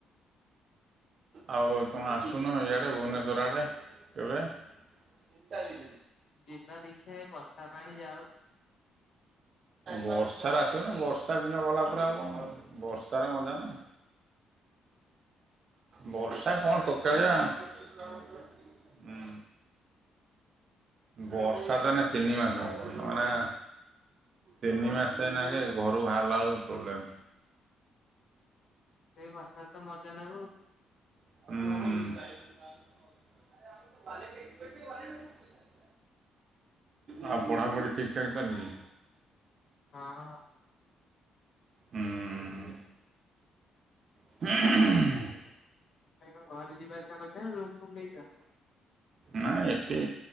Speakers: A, on the right (about 50°); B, on the left (about 65°).
A: ଆଉ ତମେ ଆସୁନ ଇଆଡ଼େ ଭୁବନେଶ୍ୱର ଆଡ଼େ କେବେ।
B: ଯିବା ଦେଖିବା ଏ ବଷା ପାଣି ଯାଉ।
A: ବର୍ଷାରେ ଆସିବ ନା ବର୍ଷା ଦିନ ଗଲା ପରେ ଆଉ କଁ ବର୍ଷାରେ ମଜା ନା। ବର୍ଷା
B: ବର୍ଷାରେ
A: କଣ ଟୋକାଳିଆ ହୁଁ। ବର୍ଷା ତ ଏଇନେ ତିନି ମାସ ହବ ବର୍ତ୍ତମାନେ। ତିନି ମାସେ ଏଇନାକେ ଘରୁ ବାହାରିଲା ବେଳକୁ ପ୍ରୋବ୍ଲେମ୍।
B: ସେଇ ବର୍ଷ। ତୁ ମଜା ନବୁ।
A: ହୁଁ। ଆଉ ପଢ଼ାପଢ଼ି ଠିକ୍ ଠାକ୍ ଚାଲିଚି?
B: ହଁ।
A: ହୁଁଁ ଉ। ହୁଁ ଉ ହୁଁ।
B: ଭାଇ ତମେ ଘରୁ ଯିବା ଆସିବା କରୁଛ ନା ରୁମ ଫୁମ ନେଇଚ?
A: ନା ଏଠି